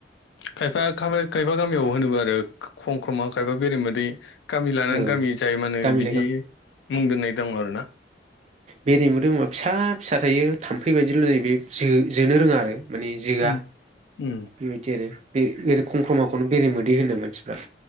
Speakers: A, on the left; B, on the right.
A: खायफा खा खायफा गामियाव होनो आरो खम ख्रमा खायफा बेरे मोदै गामि लानानै
B: ओ
A: गामि जाय मा होनो
B: गामि
A: बिदि मुं दोननाय दं आरो ना
B: बेरेबो दोबा फिसा फिसा थायो थाम्फै बायदिल' जायो बे जोनो रोंङा आरो माने जिगा
A: उम उम
B: बेबायदि आरो बे खंख्रमाखौनो बेराये मोदै होनो मानसिफ्रा